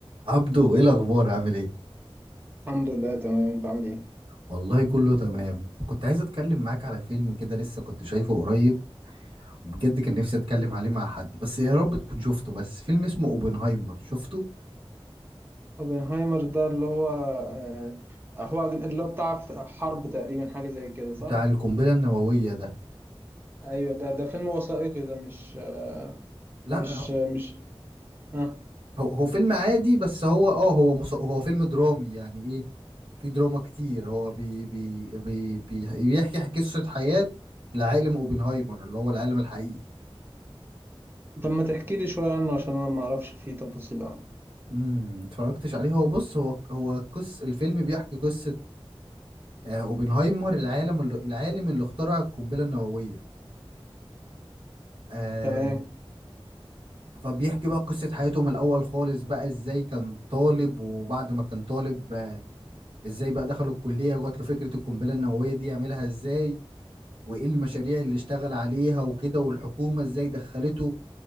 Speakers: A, on the right; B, on the right.
A: عبدو ايه الاخبار عامل ايه
B: الحمد لله تمام انت عامل ايه
A: والله كله تمام كنت عايز اتكلم معاك على فيلم كده لسه كنت شايفه قريب وبجد كان نفسي اتكلم عليه مع حد بس يا رب تكون شفته بس فيلم اسمه اوبنهايمر شفته
B: اوبنهايمر ده اللي هو آه، هو اللي هو بتاع حرب تقريبا حاجة زي كده صح
A: بتاع القنبلة النووية ده
B: ايوه ده ده فيلم وثائقي ده مش آه،
A: لا
B: مش آه، مش اه
A: هو هو فيلم عادي بس هو اه هو مص... هو فيلم درامي يعني ايه في دراما كتير هو بي بي بي بي- بيحكي قصة حياة العالم اوبنهايمر اللي هو العالم الحقيقي
B: طب ما تحكي لي شوية عنه عشان انا ما اعرفش فيه تفاصيل عنه
A: امم اتفرجتش عليه هو بص هو هو قص الفيلم بيحكي قصة آه، اوبنهايمر العالم اللي العالم اللي اخترع القنبله النوويه آه
B: تمام
A: فبيحكي بقى قصه حياته من الاول خالص بقى ازاي كان طالب وبعد ما كان طالب آه ازاي بقى دخل الكليه وجات له فكره القنبله النوويه دي يعملها ازاي وايه المشاريع اللي اشتغل عليها وكده والحكومه ازاي دخلته